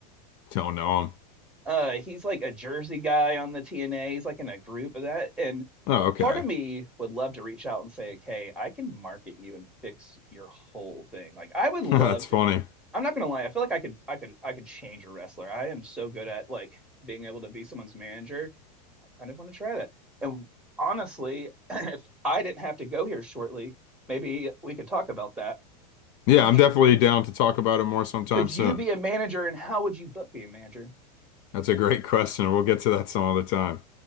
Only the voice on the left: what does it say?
Don't know him.
Oh, okay.
<laughs>
That's funny.
Yeah,
I'm definitely down to talk about it more sometime
soon.
That's a great <laughs> question. We'll get to that some other time.